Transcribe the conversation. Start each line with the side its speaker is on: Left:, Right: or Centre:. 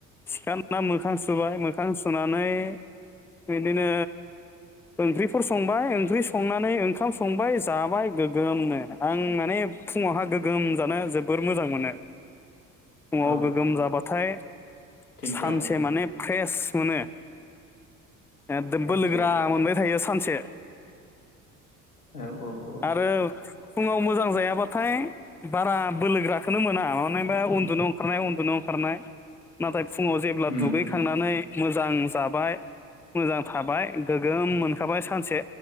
Centre: सिखार ना मोखां सुबाय मोखां सुनानै बिदिनो ओंख्रिफोर संबाय ओंख्रि संनानै ओंखाम संबाय जाबाय गोगोमनो, आं माने फुङावहा गोगोम जानो जोबोर मोजां मोनो। फुङाव
Left: औ
Centre: गोगोम जाबाथाय
Left: थिग
Centre: सानसे
Left: दं
Centre: माने फ्रेश मोनो। ओददोम
Left: आदसा
Centre: बोलोगोरा मोनबाय थायो। सा सानसे।
Left: औ औ औ।
Centre: आरो फुङाव मोजां जायाबाथाय बारा बोलोगोराखोनो मोना। मानोहोबा उन्दुनो अं खारनाय उन्दुन अंखारनाय नाथाय फुङाव जेब्ला
Left: उम
Centre: दुगैखांनानै मोजां जाबाय, मोजां थाबाय, गोगोम मोनखाबाय सानसे